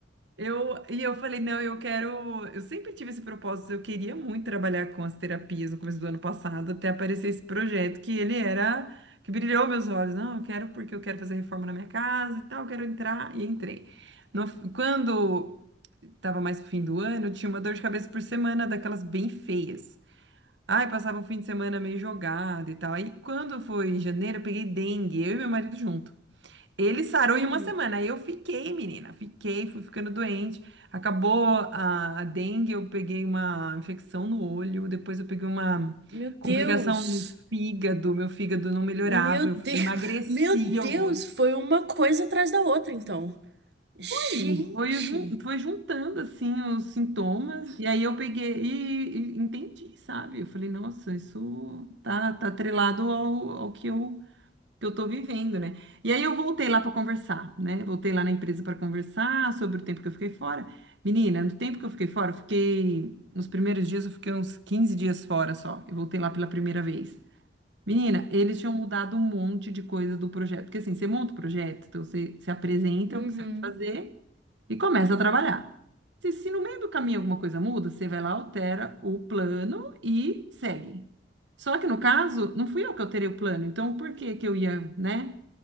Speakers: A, on the right; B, on the right.
A: eu e eu falei, não, eu quero, eu sempre tive esse propósito, eu queria muito trabalhar com as terapias no começo do ano passado, até aparecer esse projeto que ele era que brilhou meus olhos. Não, eu quero porque eu quero fazer reforma na minha casa e tal, eu quero entrar e entrei. No- quando estava mais pro fim do ano, eu tinha uma dor de cabeça por semana daquelas bem feias. Ai, passava um fim de semana meio jogado e tal. Aí quando foi em janeiro, eu peguei dengue, eu e meu marido junto. Ele sarou
B: Hum,
A: em uma semana, aí eu fiquei, menina, fiquei, fui ficando doente. Acabou a, a dengue, eu peguei uma infecção no olho, depois eu peguei uma
B: meu Deus,
A: complicação no fígado, meu fígado não melhorava,
B: meu
A: eu fui-
B: Deus,
A: eu emagreci
B: <laughs> meu Deus,
A: horrores.
B: foi uma coisa atrás da outra, então. Gente.
A: E foi, jun- foi juntando assim os sintomas, e aí eu peguei e, e entendi, sabe? Eu falei, nossa, isso tá, tá atrelado ao, ao que eu, que eu tô vivendo, né? E aí eu voltei lá para conversar, né? Voltei lá na empresa para conversar sobre o tempo que eu fiquei fora. Menina, no tempo que eu fiquei fora, eu fiquei. Nos primeiros dias eu fiquei uns 15 dias fora só. Eu voltei lá pela primeira vez. Menina, eles tinham mudado um monte de coisa do projeto. Porque assim, você monta o projeto, então você se apresenta
B: Uhum.
A: o que você vai fazer e começa a trabalhar. Se, se no meio do caminho alguma coisa muda, você vai lá, altera o plano e segue. Só que no caso, não fui eu que alterei o plano, então por que que eu ia, né,